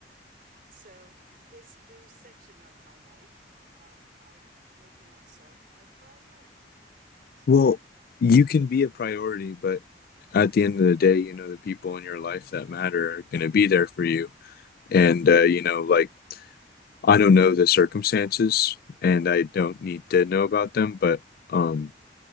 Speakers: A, on the right; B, on the left.
A: So, this new section of my life, um, I'm making myself a priority. So,
B: Well,
A: I,
B: you can be a priority, but at the end of the day, you know, the people in your life that matter are going to be there for you. And, uh, you know, like I don't know the circumstances and I don't need to know about them, but, um,